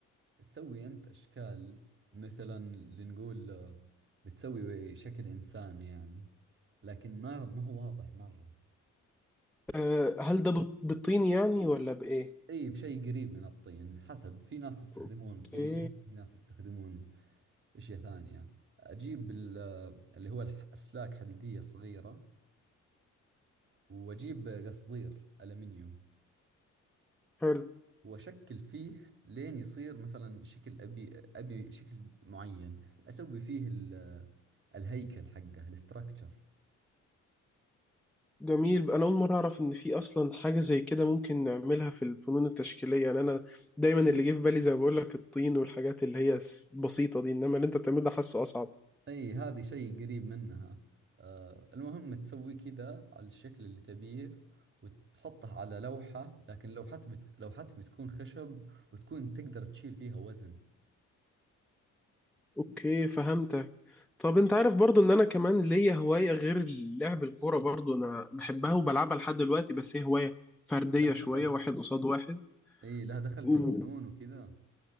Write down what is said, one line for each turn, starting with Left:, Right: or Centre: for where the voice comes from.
Right: تسوي أنت أشكال مثلا لنقول آه، بتسوي شكل إنسان يعني لكن ما ما هو واضح مرة
Centre: آه هل ده بط- بالطين يعني ولا بايه
Right: اي بشيء قريب من الطين حسب في ناس يستخدمون
Centre: اوكي
Right: الطين في ناس يستخدمون اشياء ثانية اجيب ال- اللي هو الح- اسلاك حديدية صغيرة واجيب قصدير الومنيوم
Centre: حلو
Right: واشكل فيه لين يصير مثلا شكل ابي ابي شكل معين اسوي فيه ال- الهيكل حقه الاستراكشر
Centre: جميل انا اول مره اعرف ان في اصلا حاجه زي كده ممكن نعملها في الفنون التشكيليه يعني انا دايما اللي جه في بالي زي ما بقول لك الطين والحاجات اللي هي س- بسيطه دي انما اللي انت بتعمله ده حاسه اصعب
Right: اي هذه شيء قريب منها آه المهم تسوي كذا على الشكل اللي تبيه وتحطه على لوحة لكن لوحتك بت... لوحتك بتكون خشب وتكون تقدر تشيل فيها وزن
Centre: اوكي فهمتك طب انت عارف برضو ان انا كمان ليا هواية غير لعب الكورة برضو انا بحبها وبلعبها لحد دلوقتي بس هي هواية فردية
Right: لها دخل
Centre: شوية واحد قصاد واحد
Right: اي لها دخل
Centre: و...
Right: في الفنون وكذا